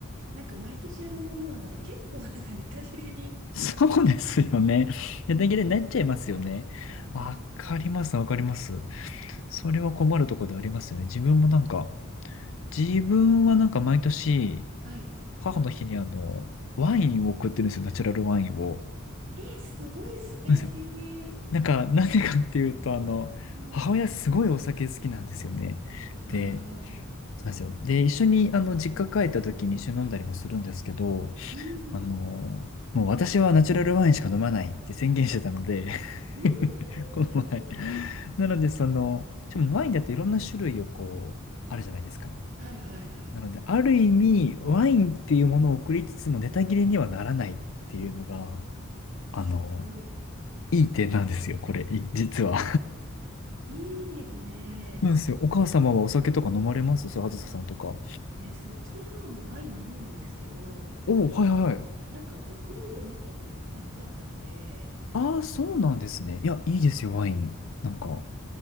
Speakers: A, on the right (about 60°); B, on the left (about 65°).
A: なんか毎年やるものなので、結構なんかネタ切れに。
B: そうですよね。大段切れになっちゃいますよね。
A: うん。うん
B: わかります、わかります。それは困るところでありますよね。自分もなんか、自分はなんか毎年、
A: はい。
B: 母の日にあの、ワインを送ってるんですよ、ナチュラルワインを。
A: えー、すごい素敵。
B: なんですよ。なんか、なんでかっていうと、あの、
A: うん。
B: 母親すごいお酒好きなんですよね。
A: ああ、
B: で、そうなんですよ。で、一緒に、あの、実家帰った時に一緒に飲んだりもするんですけど、
A: うん。
B: あの、もう私はナチュラルワインしか飲まないって宣言してたので
A: うん。
B: <laughs> この前。なので、その、しかもワインだっていろんな種類をこう、あるじゃないですか。
A: はいはいはい。
B: なので、ある意味、ワインっていうものを送りつつも、ネタ切れにはならないっていうのが、
A: すごい。
B: あの、いい点なんですよ、これ、い実は。
A: いいですね。
B: <laughs> なんですよ。お母様はお酒とか飲まれますそう、あずささんとか。
A: いや、実はうちの母もワイン飲むんですけど、
B: おはいはいはい。
A: なんか送ろうと思ったことがなかったので、
B: ああ、そうなんですね。いや、いいですよ、ワイン。なんか、